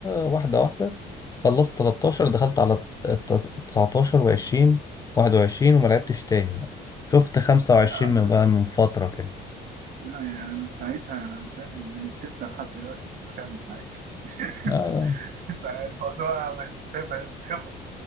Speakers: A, on the left; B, on the right.
A: واحدة واحدة خلصت 13 دخلت على الت- 19 و20 21 وما لعبتش تاني بقى شفت 25
B: لا
A: من بقى من فترة كده
B: لا، يعني أنا من ساعتها انا فاهم من ستة لحد دلوقتي بكمل عادي <laughs>
A: اه
B: فالموضوع بقت فاهم بقت خبرة